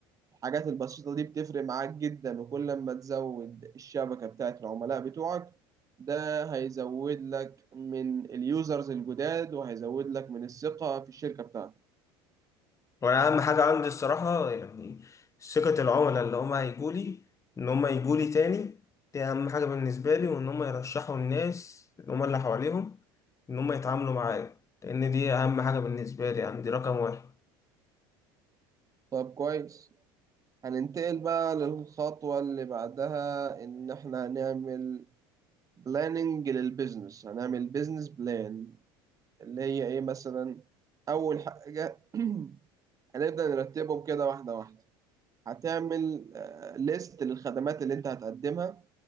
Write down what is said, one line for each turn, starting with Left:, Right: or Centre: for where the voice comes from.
Right: الحاجات البسيطة دي بتفرق معاك جدا وكل ما تزود الشبكة بتاعت العملاء بتوعك ده هيزود لك من اليوزرز الجداد وهيزود لك من الثقة في الشركة بتاعتك
Left: وانا اهم حاجه عندي الصراحه يعني ثقه العملاء اللي هم هيجوا لي ان هم يجوا لي تاني دي اهم حاجه بالنسبه لي وان هم يرشحوا الناس اللي هم اللي حواليهم ان هم يتعاملوا معايا لان دي اهم حاجه بالنسبه لي يعني دي رقم واحد
Right: طب كويس هننتقل بقى للخطوة اللي بعدها إن إحنا هنعمل بلاننج للبيزنس هنعمل بيزنس بلان اللي هي إيه مثلا أول حاجة <clears throat> هنبدأ نرتبهم كده واحدة واحدة هتعمل ليست للخدمات اللي أنت هتقدمها